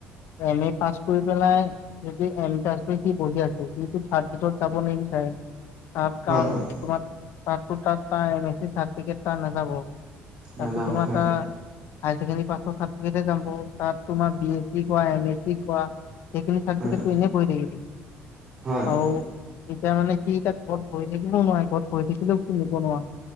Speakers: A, on the left; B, on the right.
A: এম এ পাছ কৰি পেলাই যদি এম ফ্ৰাইতো সি পঢ়ি আছৈসিটো থড গেদত য়াব আপ
B: হয়
A: কাম
B: হয়
A: তোমাক তাতো তাত এম এচি চাৰ্টিফিকেট ত নাযাব তাতো
B: নাযাব
A: তোমাৰ
B: হয়
A: তাত হায়চেকেনদি পাছ থাদ <unintelligible> তাত তোমাৰ বি এছ চি কৰা এম এচ চি কি কোৱা? সেইখিনি থাদ
B: হয়
A: বকেত কৰি এনেই পঢ়ি থাকি দি
B: হয়
A: আৰু এতিয়া মানে কি এতিয়া ঘৰত বহি থাকিলও নোৱাৰি ঘৰত পঢ়ি থাকিলেও একো নহয়